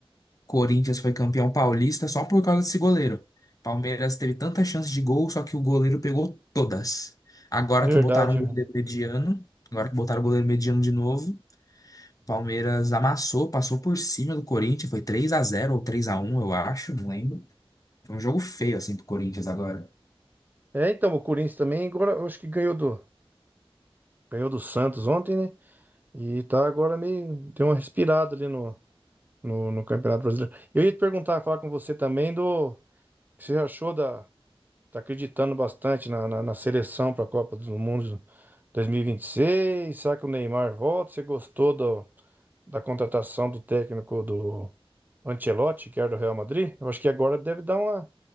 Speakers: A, on the left; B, on the right.
A: Corinthians foi campeão paulista só por causa desse goleiro. Palmeiras teve tantas chances de gol, só que o goleiro pegou todas. Agora
B: verdade.
A: que botaram um goleiro mediano, agora que botaram o goleiro mediano de novo. Palmeiras amassou, passou por cima do Corinthians, foi 3 a zero ou 3 a um, eu acho, não lembro. Foi um jogo feio assim pro Corinthians agora.
B: É, então, o Corinthians também, agora eu acho que ganhou do, ganhou do Santos ontem, né? E tá agora meio, deu uma respirada ali no, no, no Campeonato Brasileiro. Eu ia te perguntar, falar com você também do o que você achou da. Tá acreditando bastante na, na, na seleção para a Copa do Mundo 2026. Será que o Neymar volta? Você gostou do, da contratação do técnico do Ancelotti, que era do Real Madrid? Eu acho que agora deve dar uma,